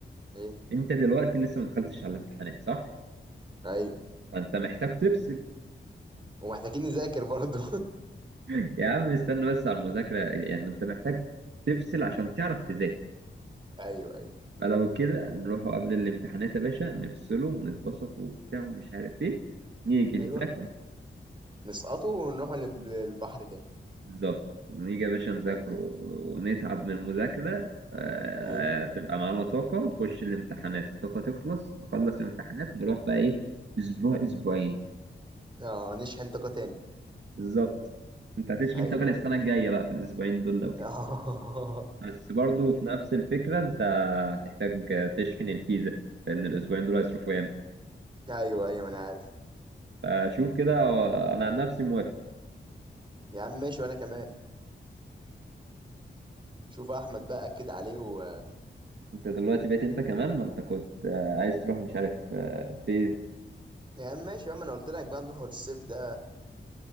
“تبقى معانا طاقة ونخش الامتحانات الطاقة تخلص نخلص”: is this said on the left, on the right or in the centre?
Right